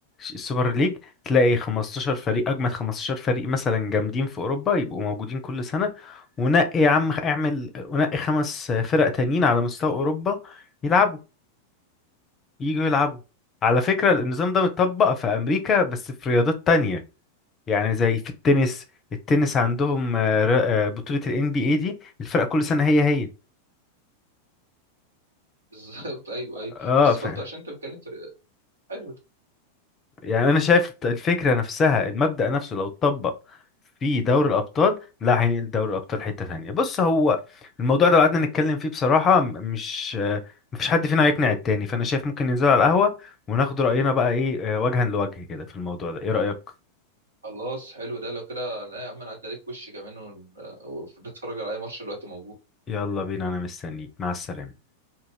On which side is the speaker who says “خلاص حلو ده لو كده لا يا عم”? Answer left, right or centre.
Right